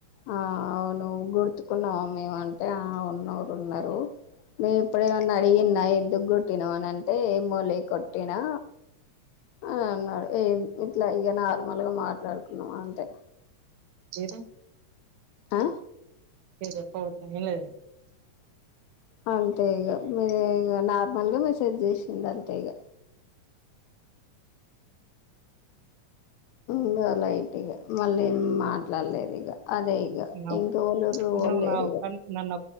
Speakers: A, on the left; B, on the right.
A: ఆ అవును గుర్తుకున్నావా మేము అంటే ఆ ఉన్నరు ఉన్నారు నేను ఇప్పుడేమన్నా అడిగే న్నా ఎందకు కొట్టినవ్ అని అంటే ఏమోలే కొట్టినా అని అన్నాడు ఏం ఇట్ల ఇగ నార్మల్ గా మాట్ ట్లాడుకున్నాం అంతే
B: చేదు
A: ఆ
B: మీరు <unintelligible>
A: అంతే ఇగ మీరే ఇగ నార్మల్ గా మెసేజ్ చేసిండు అంతే ఇగ ఇగా లైట్గా మళ్ళ ఏం మాట్లాడలేదు ఇగ అదే ఇగా
B: నా
A: ఇంకా ఎవాళ్ళూరు
B: నువ్వు
A: వల్లెరీగా
B: నా ఒక్క నన్ను